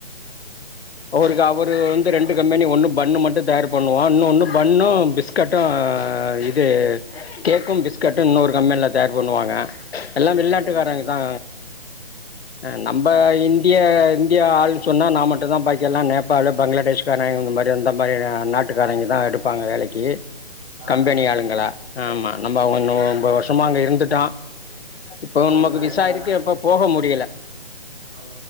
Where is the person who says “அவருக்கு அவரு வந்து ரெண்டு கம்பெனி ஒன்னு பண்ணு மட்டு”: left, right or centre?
Left